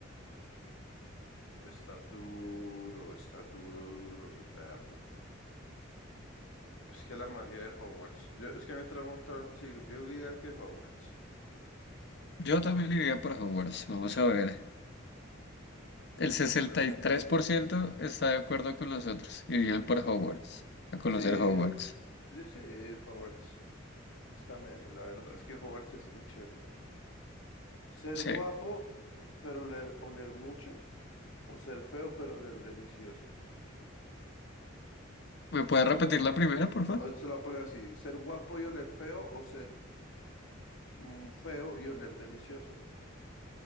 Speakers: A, on the left (about 75°); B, on the left (about 55°).
A: está duro, está duro, duro, mi perro. Es que la magia de Hogwarts. Yo, es que me trauma un tal, sí, yo diría que Hogwarts.
B: Yo también iría por Hogwarts. Vamos a ver. El sesenta
A: Es que no viene
B: y
A: tan
B: tres
A: bien.
B: por ciento está de acuerdo con nosotros. Irían por Hogwarts, a conocer
A: Sí,
B: Hogwarts.
A: yo sí, Hogwarts. Está melo, la verdad es que Hogwarts es muy chévere, güey. Ser
B: Sí.
A: guapo, pero oler, oler mucho, o ser feo, pero oler delicioso.
B: ¿Me puedes repetir la primera, por favor?
A: O se lo voy a poner así, ser guapo y oler feo, o ser mm, feo y oler delicioso.